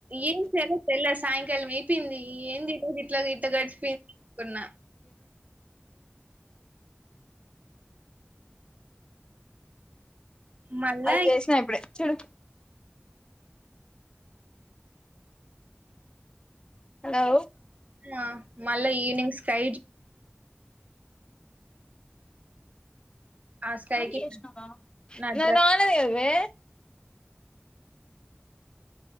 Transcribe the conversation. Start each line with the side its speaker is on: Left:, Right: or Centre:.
Right: ఏం చేయాలో తెల్లా సాయంకాలం అయిపోయింది ఏం ఈరోజు ఇట్లా తి ట్ట గడిచిపో <inaudible> కున్న
Left: <inaudible>
Right: మళ్ళా
Left: అల్ చేసినా ఇప్పుడే చుడు హలో
Right: మా మళ్ళా ఈనింగ్స్కైడ్ ఆ స్కైకి
Left: మళ్ళి చెస్నావా
Right: నా
Left: నే
Right: డ్రెస్
Left: నాలు ఏవ్వే